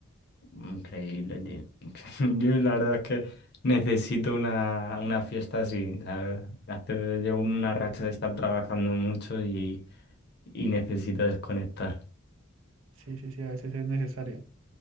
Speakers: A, on the left; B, on the right.
A: Increíble, tío. <laughs> Yo la verdad es que necesito una, una fiesta así. La verdad. Hace- Llevo una racha de estar trabajando mucho y, y necesito desconectar.
B: Sí, sí, sí, a veces es necesario.